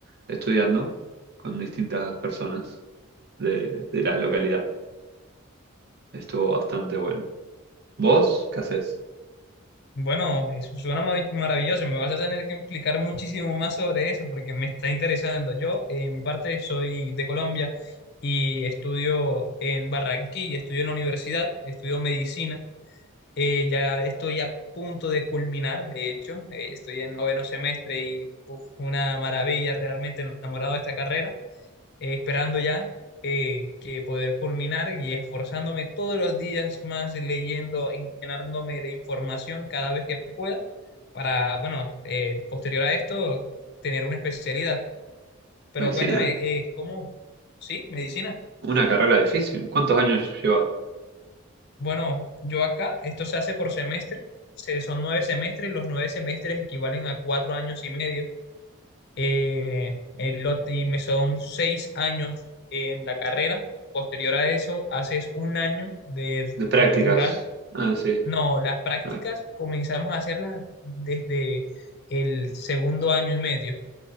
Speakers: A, on the right; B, on the left.
A: estudiando con distintas personas de, de la localidad. Estuvo bastante bueno. ¿Vos qué haces?
B: Bueno, eso suena ma- maravilloso. Me vas a tener que explicar muchísimo más sobre eso porque me está interesando. Yo, eh, en mi parte, soy de Colombia y estudio en Barranquilla, estudio en la universidad, estudio medicina. Eh, ya estoy a punto de culminar, de hecho, eh, estoy en noveno semestre y uf, una maravilla, realmente enamorado de esta carrera, eh, esperando ya eh, que poder culminar y esforzándome todos los días más leyendo, y llenándome de información cada vez que pueda para, bueno, eh, posterior a esto, tener una especialidad. Pero
A: ¿Medicina?
B: cuéntame, eh, ¿cómo? ¿Sí? ¿Medicina?
A: Una carrera difícil. ¿Cuántos años llevas
B: Bueno, yo acá, esto se hace por semestre, se, son nueve semestres, los nueve semestres equivalen a cuatro años y medio, eh, el, ot- y me son seis años en la carrera, posterior a eso haces un año de
A: de prácticas?
B: eh, rural,
A: Ah, sí.
B: no, las prácticas
A: Ah,
B: comenzamos a hacerlas desde el segundo año y medio,